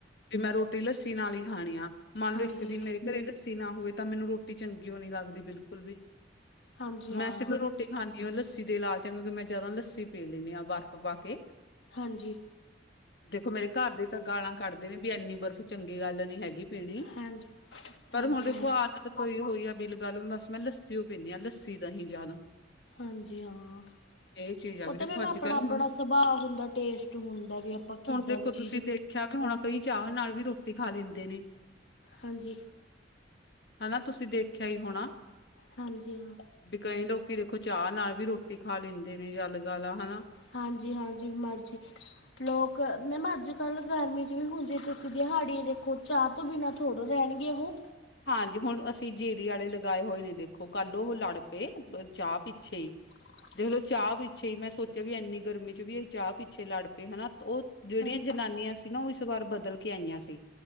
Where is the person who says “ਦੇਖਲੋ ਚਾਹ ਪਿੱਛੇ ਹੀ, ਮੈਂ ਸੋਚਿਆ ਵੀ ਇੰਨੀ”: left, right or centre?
Left